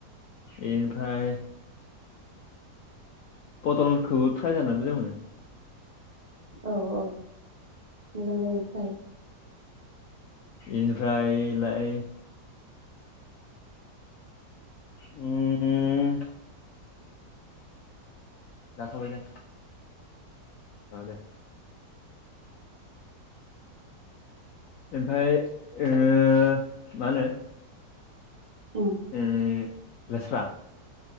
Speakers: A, on the left; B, on the right.
A: इनफ्राय फथल खोबो फ्राय जानो मोजां मोनो।
B: औ औ मोजां जायो फ्राय।
A: इनिफ्रायलाय उम जाथबाय दे ओ दे। ओमफाय ओ मा होनो?
B: उम
A: उम लेस्रा